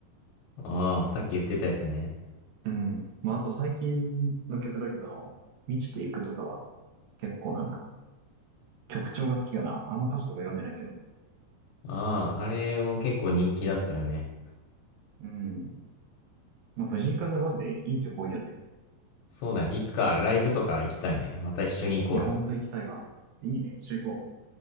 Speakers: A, on the left; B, on the right.
A: ああ、さっき言ってたやつね。
B: うん。まああと最近の曲だけど、満ちていくとかは結構なんか曲調が好きかな。あんま歌詞とか読んでないけど。
A: ああ、あれも結構人気だったよね。
B: うん。まあ、藤井風マジでいい曲多いよね。
A: そうだね。いつかライブとか行きたいね。また一緒に行こうよ。
B: いや、ほんと行きたいわ。いいね。一緒行こう。